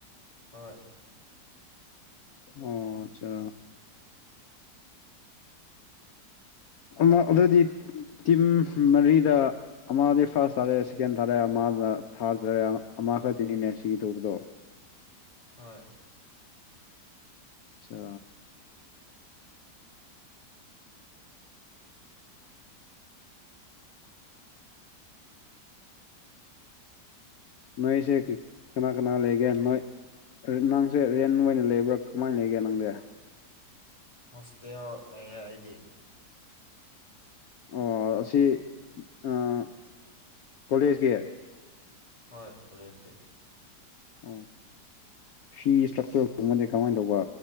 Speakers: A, on the left; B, on the left.
A: ꯍꯣꯏ
B: ꯑꯣ ꯑꯆꯥ ꯑꯃ ꯑꯗꯨꯗꯤ ꯇꯤꯝ ꯃꯔꯤꯗ ꯑꯃꯗꯤ ꯐꯥꫪꯁ ꯇꯥꯔꯦ ꯁꯦꯀꯦꯟ ꯇꯥꯔꯦ ꯑꯃꯅ ꯊꯥꫪ ꯇꯥꫪꯖꯦ ꯑꯃ ꯈꯛꯇꯅꯤꯅꯦ ꯁꯤꯒꯤꯗꯧꯕꯗꯣ
A: ꯍꯣꯏ
B: ꯑꯆꯥ ꯅꯣꯏꯁꯦ ꯀꯅꯥ ꯀꯅꯥ ꯂꯩꯒꯦ ꯅꯣꯏ ꯅꯪꯁꯦ ꯔꯦꯟ ꯑꯣꯏꯅ ꯂꯩꯕ꯭ꯔꯥ ꯀꯃꯥꯏꯅ ꯂꯩꯒꯦ ꯅꯪꯗꯤ
A: ꯍꯣꯁꯇꯦꯜ ꯂꯩ ꯑꯩꯗꯤ
B: ꯑꯣ ꯑꯁꯤ ꯑ ꯀꯣꯂꯦꯖꯀꯤ
A: ꯍꯣꯏ ꯀꫭꯂꯦꯁꯀꯤ
B: <unintelligible> ꯐꯤ ꯏꯁꯇ꯭ꯔꯛꯆꯔꯒꯨꯝꯕꯗꯤ ꯀꯃꯥꯏꯅ ꯇꯧꯕ